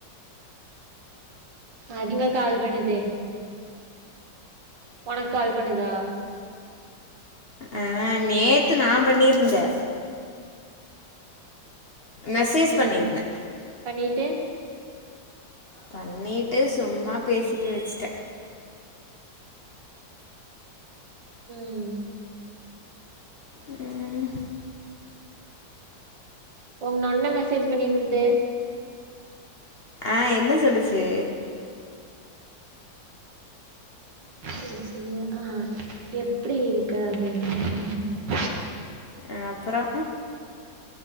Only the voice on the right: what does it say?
அது எங்க கால் பண்ணுது? உனக்கு கால் பண்ணுதா?
ம்
பண்ணிட்டு
ம்
உங்னொண்ண மெசேஜ் பண்ணிருந்தது
என்ன சொல்ச்சு? ஆ எப்டி இருக்கே அப்டின்னு <inaudible>